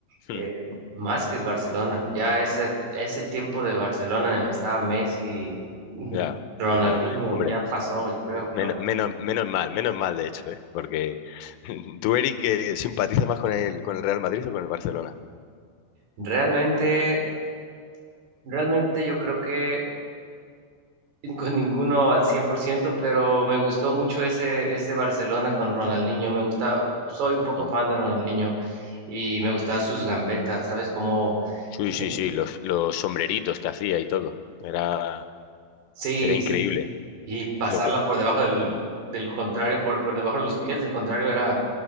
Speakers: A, on the right; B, on the left.
A: eh,
B: <laughs>
A: más que el Barcelona. Ya ese, ese tiempo de Barcelona en el que estaba Messi, <laughs>
B: Ya,
A: Ronaldinho,
B: no, no, hombre,
A: ya pasó, yo creo,
B: men-
A: pero
B: menos, menos, mal, menos mal de hecho, ¿eh? Porque <laughs> tú, Eric, que simpatizas más con el, con el Real Madrid o con el Barcelona.
A: realmente, realmente yo creo que <laughs> con ninguno al cien por ciento pero me gustó mucho ese, ese Barcelona con Ronaldinho. Me gusta, soy un poco
B: Mm.
A: fan de Ronaldinho y me gustaban sus gambetas, ¿sabes? Como,
B: Sí,
A: <laughs>
B: sí, sí, los, los sombreritos que hacía y todo. Era,
A: sí,
B: era increíble.
A: sí, y pasarla
B: Lo que,
A: por debajo del,
B: mm.
A: del contrario, por, por debajo de los pies del contrario era